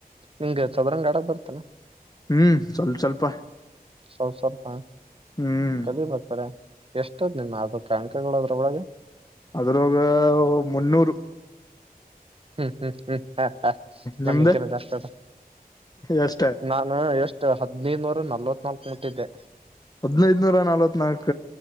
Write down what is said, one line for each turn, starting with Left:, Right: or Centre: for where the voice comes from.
Right: ಹಂಗ ಚದರಂಗ ಆಡಕ್ ಬರ್ತಾನ
Left: ಹ್ಮ್ ಸ್ವಲ್ಪ ಸ್ವಲ್ಪ
Right: ಸ್ವ ಸ್ವಲ್ಪ
Left: ಹ್ಮ್
Right: ಕಲಿ ಬರ್ತಾರ ಎಷ್ಟದ್ ನಿನ್ ಅ ಕಾಣಕಗಳಾದ್ ಳಗೆ <unintelligible>
Left: ಅದ್ರಾಗ ಮುನ್ನೂರು
Right: ಹ್ಮ್ ಹ್ಮ್ ಹ್ಮ್ ಹ ಹ
Left: ನಿಮ್ದ
Right: ನನ್ ಹಂತನ ಜಾಸ್ತಿ ಅ
Left: ಎಷ್ಟ
Right: ನಾನು ಎಷ್ಟು ಹದ್ನೈದುನೂರ ನಲ್ವತ್ತು ನೋ ಮುಟ್ಟಿದ್ದೆ
Left: ಹದ್ನೈದನೂರ ನಲ್ವತ್ ನಾಲ್ಕ